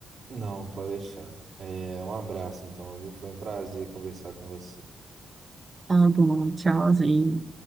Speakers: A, on the right; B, on the right.
A: Não, pode deixar. É, um abraço então, viu? Foi um prazer conversar com você.
B: Tá bom, tchauzinho.